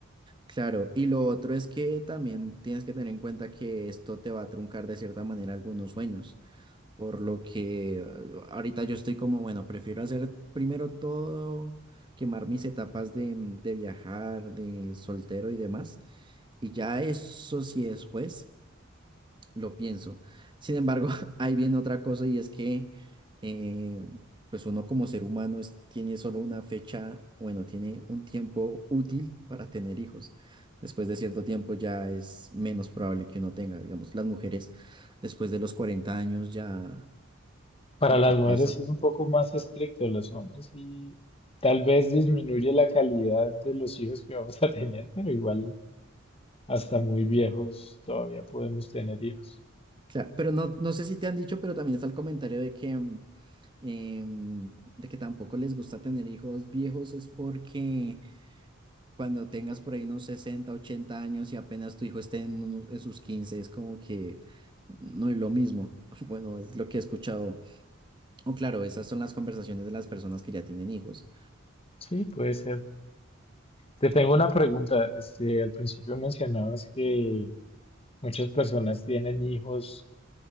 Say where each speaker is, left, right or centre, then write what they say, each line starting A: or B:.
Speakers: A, on the right; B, on the left.
A: Claro, y lo otro es que también tienes que tener en cuenta que esto te va a truncar de cierta manera algunos sueños, por lo que eh, ahorita yo estoy como, bueno, prefiero hacer primero todo, quemar mis etapas de, mm, de viajar, de soltero y demás, y ya eso sí después lo pienso. Sin embargo, <laughs> ahí viene otra cosa y es que, eh, pues uno como ser humano es- tiene solo una fecha, bueno, tiene un tiempo útil para tener hijos. Después de cierto tiempo ya es menos probable que uno tenga, digamos, las mujeres después de los 40 años ya
B: Para
A: como
B: las
A: que pasa.
B: mujeres sí es un poco más estricto, los hombres y tal vez disminuye la calidad de los hijos que vamos a tener, pero igual hasta muy viejos todavía podemos tener hijos.
A: Claro, pero no, no sé si te han dicho, pero también está el comentario de que, mm, em, de que tampoco les gusta tener hijos viejos es porque cuando tengas por ahí unos 60, 80 años y apenas tu hijo esté en, unos- en sus quince es como que no es lo mismo. <laughs> Bueno, es lo que he escuchado. O claro, esas son las conversaciones de las personas que ya tienen hijos.
B: Sí, puede ser. Te tengo una pregunta. Este, al principio mencionabas que muchas personas tienen hijos